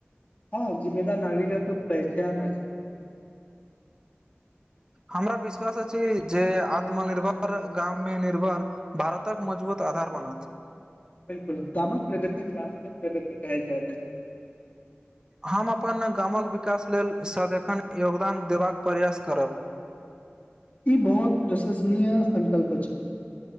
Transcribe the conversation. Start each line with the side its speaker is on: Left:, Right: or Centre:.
Left: ह जिम्मेदार नागरिक के त पहिचान अछि
Right: हमरा विश्वास अछि जे आत्मनिर्भर गाममे निर्भर भारत कऽ मजबूत आधार बनत
Left: गाम कऽ प्रगति राष्ट्रक प्रगति कहल जायत अछि
Right: हम अपन गाम कऽ विकास लेल सदखन योगदान देबाक प्रयास करब
Left: ई बहुत प्रशंसनीय सकल्प अछि